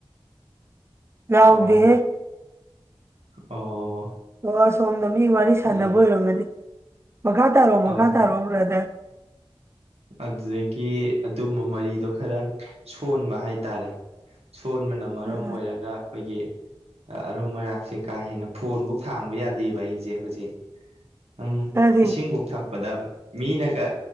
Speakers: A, on the right; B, on the right.
A: ꯂꯥꯎꯗ‌ꯦꯍ‌‌ꯦ
B: ꯑꯣ ꯑꯣ
A: ꯑꯣ ꯑꯁꯣꯝꯗ ꯃꯤ ꯋꯥꯔꯤ ꯁꯥꯟꯅꯕ
B: ꯑꯗꯨ
A: ꯑꯣꯏꯔꯝꯃꯅꯤ ꯃꯈꯥ ꯇꯥꯔꯛꯑꯣ
B: ꯑꯥ
A: ꯃꯈꯥ ꯇꯥꯔꯛꯑꯣ ꯕ꯭ꯔꯥꯗꯔ
B: ꯑꯗꯨꯗꯒꯤ ꯑꯗꯨꯝꯕ ꯃꯔꯤꯗꯣ ꯈꯔ ꯁꯣꯟꯕ ꯍꯥꯏꯇꯥꯔꯦ ꯁꯣꯟꯕꯅ ꯃꯔꯝ
A: ꯎꯝ
B: ꯑꯣꯏꯔꯒ ꯑꯩꯈꯣꯏꯒꯤ ꯑꯔꯨꯝ ꯑꯔꯥꯛꯁꯦ ꯀꯥ ꯍꯦꯟꯅ ꯐꯣꯟꯐꯧ ꯊꯥꯡꯕ ꯌꯥꯗꯦꯕ ꯑꯩꯁꯦ ꯍꯧꯖꯤꯛ ꯎꯝ
A: ꯀꯔꯤ
B: ꯏꯁꯤꯡꯕꯨꯛ ꯊꯥꯛꯄꯗ ꯃꯤꯅꯒ